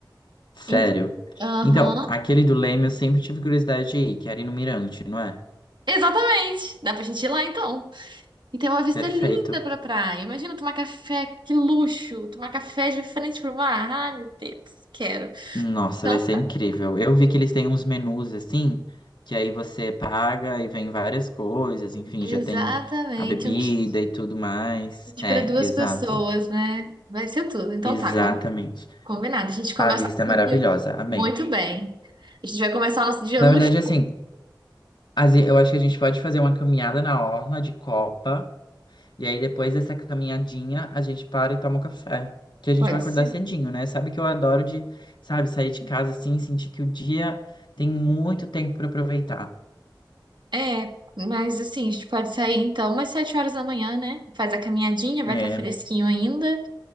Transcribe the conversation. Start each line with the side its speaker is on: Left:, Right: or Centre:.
Left: Sério.
Right: Em- Aham.
Left: Então, aquele do Leme eu sempre tive curiosidade de ir, que era ir no Mirante, não é?
Right: Exatamente. Dá pra gente ir lá então. E tem uma vista
Left: Perfeito.
Right: linda pra praia. Imagina tomar café, que luxo! Tomar café de frente pro mar. Ai, meu Deus, quero.
Left: Nossa,
Right: Então
Left: vai ser
Right: tá.
Left: incrível. Eu vi que eles têm uns menus assim, que aí você paga e vem várias coisas, enfim,
Right: Exatamente,
Left: já tem a bebida
Right: um kit
Left: e tudo mais. É,
Right: para duas
Left: exato.
Right: pessoas, né? Vai ser tudo. Então
Left: Exatamente.
Right: tá, Combinado. A gente começa
Left: A vista
Right: o nosso
Left: é maravilhosa.
Right: dia
Left: Amei.
Right: muito bem. A gente vai começar o nosso dia
Left: Na
Right: luxuoso.
Left: verdade, assim, as- eu acho que a gente pode fazer uma caminhada na orla de Copa, e aí depois dessa caminhadinha a gente para e toma um café, que a gente
Right: Pode
Left: vai acordar
Right: ser.
Left: cedinho, né? Sabe que eu adoro de, sabe, sair de casa assim, sentir que o dia tem muito tempo para aproveitar.
Right: É, mas assim, a gente pode sair então umas sete horas da manhã, né? Faz a caminhadinha, vai
Left: É,
Right: estar fresquinho ainda.